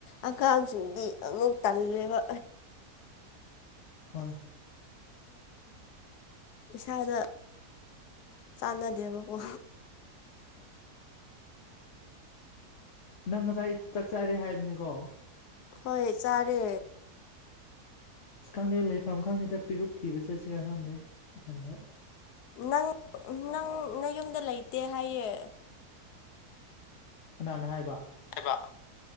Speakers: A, on the left; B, on the left.
A: ꯑꯉꯥꯡꯁꯤꯡꯗꯤ ꯑꯃꯨꯛ ꯇꯜꯂꯦꯕ꯫
B: ꯍꯣꯏ꯫
A: ꯏꯁꯥꯗ ꯆꯥꯟꯅꯗꯦꯕꯀꯣ꯫
B: ꯅꯪ ꯉꯁꯥꯏ ꯆꯥꯛꯆꯔꯦ ꯍꯥꯏꯕꯅꯤꯀꯣ꯫
A: ꯍꯣꯏ ꯆꯥꯔꯦ꯫
B: ꯑꯁ ꯈꯪꯗꯦ ꯂꯩꯐꯝ ꯈꯪꯗꯦꯗ ꯄꯤꯔꯨꯛ ꯊꯤꯕ ꯆꯠꯁꯤꯔꯥ ꯈꯪꯗꯦ ꯏꯊꯟꯗ꯫
A: ꯅꯪ ꯅꯪ ꯅꯌꯨꯝꯗ ꯂꯩꯇꯦ ꯍꯥꯏꯌꯦ꯫
B: ꯀꯅꯥꯅ ꯍꯥꯏꯕ꯫
A: ꯍꯥꯏꯕ꯫